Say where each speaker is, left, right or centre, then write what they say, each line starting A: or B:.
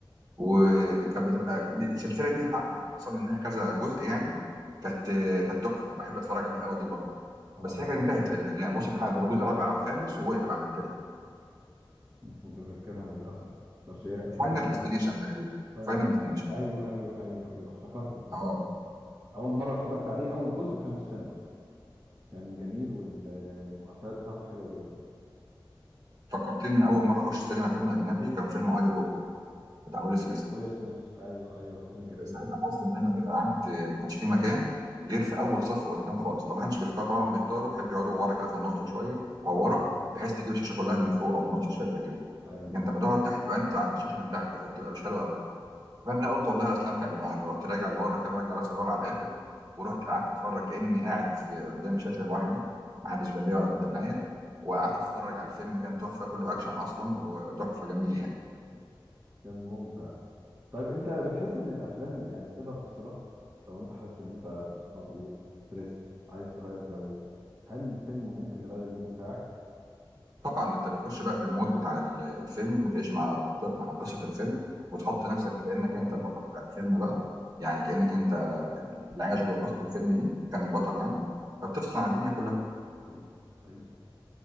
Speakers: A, on the right; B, on the right.
A: وكانت بتبقى دي- السلسله دي ح- حصل منها كذا جزء يعني كانت كانت تحفه بحب اتفرج عليها قوي دي برضه
B: اه
A: بس هي كانت انتهت تقريبا هي وصلت لحد جزء رابع او خامس ووقفت على كده
B: مش متذكرها للأسف بس هي فكرتها
A: فاينل ديستنيشن
B: حلوة
A: تقريبا
B: فاينل
A: فاينل
B: ديستنيشن
A: ديستنيشن
B: أيوه أيوه أيوه أيوه افتكرته افتكرته
A: اه
B: أول مرة اتفرجت عليه أول جزء كان في السينما كان جميل والمؤثرات بتاعته حلوة جدا
A: فكرتني انا اول مره اخش سينما فيلم اجنبي كان فيلم اي روبوت بتاع ويل سميث
B: ويل سميث أيوه أيوه فيلم جميل
A: ساعتها حظي ان انا جيت قعدت ما كانش في مكان غير في اول صف قدام خالص طب ما حدش بيختار طبعا بيختاروا بيحب يقعدوا ورا كده في النص شويه او
B: أه
A: ورا بحيث تجيب الشاشه كلها من فوق او من نص الشاشه كده
B: أيوه
A: لكن لما تقعد تحت بقى انت عند الشاشه من تحت فبتبقى مش حلوه قوي فانا قلت والله استمتع بالقعده رحت راجع لورا كده راجع راسي لورا على الاخر ورحت قعدت اتفرج كاني قاعد في قدام شاشه لوحدي ما حدش جنبي ولا حد معايا وقعدت اتفرج على الفيلم كان تحفه كله اكشن اصلا وتحفه جميل يعني
B: كان ممتع طيب أنت بتحس إن الأفلام يعني بتقدر تفصلك لو أنت حاسس إن أنت مضغوط تريست عايز تغير جو هل الفيلم ممكن يغير المود بتاعك؟
A: طبعا انت بتخش بقى في المود بتاع ال- الفيلم وتعيش مع ق- مع قصه الفيلم وتحط نفسك كانك انت البطل بتاع الفيلم بقى يعني كانك انت اللي عايش جوه قصه الفيلم دي كان البطل يعني فبتفصل عن الدنيا كلها
B: حقيقي حقيقي